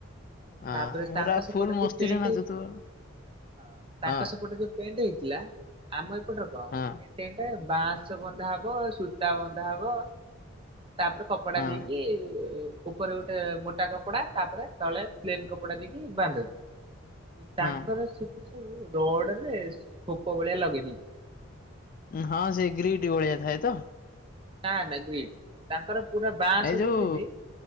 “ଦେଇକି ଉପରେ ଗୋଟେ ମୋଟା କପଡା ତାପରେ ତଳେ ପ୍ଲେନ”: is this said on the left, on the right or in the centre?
Right